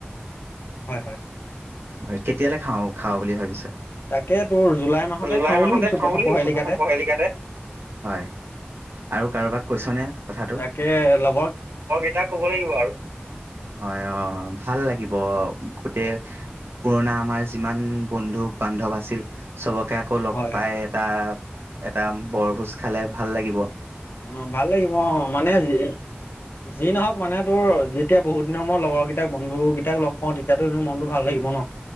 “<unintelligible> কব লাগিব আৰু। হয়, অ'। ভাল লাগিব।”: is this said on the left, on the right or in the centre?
Right